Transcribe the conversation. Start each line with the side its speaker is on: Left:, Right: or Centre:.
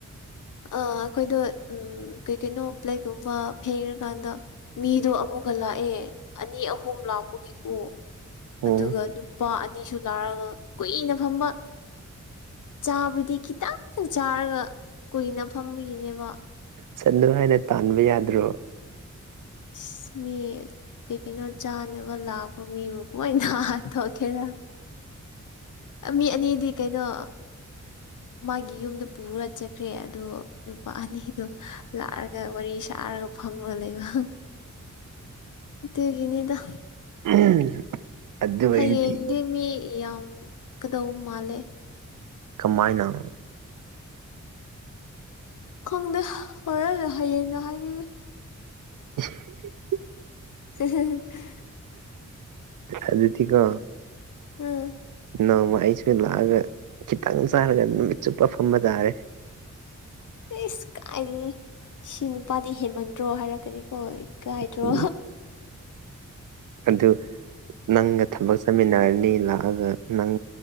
Left: ꯑꯥ ꯑꯩꯈꯣꯏꯗꯣ ꯎꯝ ꯀꯩꯀꯩꯅꯣ ꯄ꯭ꯂꯦꯠ ꯒꯨꯝꯕ ꯐꯦꯡꯔꯀꯥꯟꯗ ꯃꯤꯗꯣ ꯑꯃꯨꯛꯀꯥ ꯂꯥꯛꯑꯦ ꯑꯅꯤ ꯑꯍꯨꯝ ꯂꯥꯛꯄꯒꯤꯀꯣ
Right: ꯎꯝ
Left: ꯑꯗꯨꯒ ꯅꯨꯄꯥ ꯑꯅꯤꯁꯨ ꯂꯥꯔꯒ ꯀꯨꯏꯅ ꯐꯝꯕ ꯆꯥꯕꯨꯗꯤ ꯈꯤꯇꯪꯪ ꯆꯥꯔꯒ ꯀꯨꯏꯅ ꯐꯝꯕꯤꯒꯤꯅꯦꯕ
Right: ꯆꯠꯂꯨ ꯍꯥꯏꯅ ꯇꯥꯟꯕ ꯌꯥꯗ꯭ꯔꯣ
Left: ꯏꯁ ꯃꯤ ꯀꯩ ꯀꯩꯅꯣ ꯆꯥꯅꯕ ꯂꯥꯛꯄ ꯃꯤꯕꯨ ꯀꯃꯥꯏꯅ <unintelligible> ꯈꯦꯔꯥ ꯑꯥ ꯃꯤ ꯑꯅꯤꯗꯤ ꯀꯩꯅꯣ ꯃꯥꯒꯤ ꯌꯨꯝꯗ ꯄꯨꯔꯒ ꯆꯠꯈ꯭ꯔꯦ ꯑꯗꯣ ꯅꯨꯄꯥ ꯑꯅꯤꯗꯣ ꯂꯥꯛꯑꯒ ꯋꯥꯔꯤ ꯁꯥꯔꯒ ꯐꯝꯔꯒ ꯂꯩꯕ ꯑꯗꯨꯒꯤꯅꯤꯗ
Right: ꯎꯝ ꯑꯗꯨ
Left: ꯍꯌꯦꯡꯗꯤ
Right: ꯑꯣꯏꯔꯗꯤ
Left: ꯃꯤ ꯌꯥꯝ ꯀꯥꯗꯧ ꯃꯥꯜꯂꯦ
Right: ꯀꯃꯥꯏꯅ
Left: ꯈꯪꯗ ꯍꯣꯔꯦꯟꯅ ꯍꯌꯦꯡꯅ ꯍꯥꯏꯕꯤꯒꯦ
Right: <unintelligible>
Left: <unintelligible>
Right: ꯑꯗꯨꯗꯤꯀꯣ
Left: ꯎꯝ
Right: ꯅꯣꯡꯃꯥ ꯑꯩꯁꯨ ꯂꯥꯛꯑꯒ ꯈꯤꯇꯪ ꯆꯥꯔꯒ ꯅꯨꯃꯤꯠ ꯆꯨꯞꯄ ꯐꯝꯕ ꯇꯥꯔꯦ
Left: ꯏꯁ ꯀꯥꯏꯗꯒꯤ ꯁꯤ ꯅꯨꯄꯥꯗꯤ ꯍꯦꯃꯟꯗ꯭ꯔꯣ ꯍꯥꯏꯔꯛꯀꯥꯅꯤ ꯍꯣꯏ ꯀꯥꯏꯗ꯭ꯔꯣ
Right: ꯎꯝ ꯑꯗꯨ ꯅꯪꯒ ꯊꯕꯛ ꯆꯠꯃꯤꯟꯅꯔꯅꯤ ꯂꯥꯛꯑꯒ ꯅꯪ